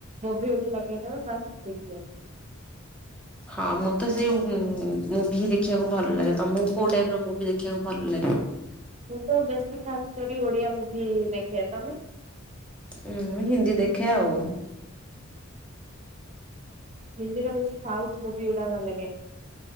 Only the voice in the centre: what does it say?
ହଁ ମୁଁ ତ ସେଇ ମୁଭି ଦେଖିବାକୁ ଭଲ ଲାଗେ ତମକୁ କୋଉ ଟାଇପ ର ମୁଭି ଦେଖିବାକୁ ଭଲ ଲାଗେ।
ଉୁଁ ହିନ୍ଦୀ ଦେଖେ ଆଉ।